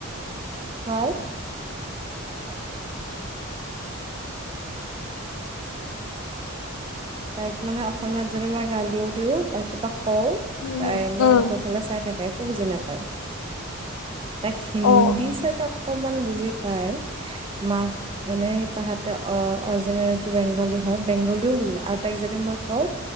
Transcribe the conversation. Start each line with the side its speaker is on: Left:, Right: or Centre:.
Right: why. তাইক মানে, অসমীয়াত যদি মই গালিও দিওঁ বা কিবা কওঁ
Left: উম
Right: তাই মোৰ
Left: উম
Right: মুখৰ ফালে চাই থাকে। বুজি নাপায়। তাইক হিন্দী
Left: অ
Right: চাগে। অকমান বুজি পাই। মা এনে তাহাতে অ' অৰিজিনেলটো বেংগলী হয় বেংগলীও বোজে। তাইক যদি মই কওঁ